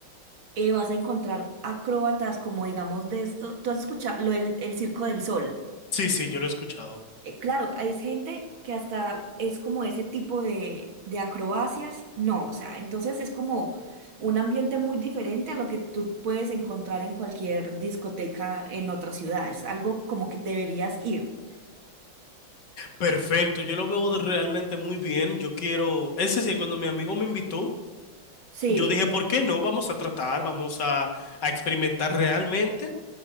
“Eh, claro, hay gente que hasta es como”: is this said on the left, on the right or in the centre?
Right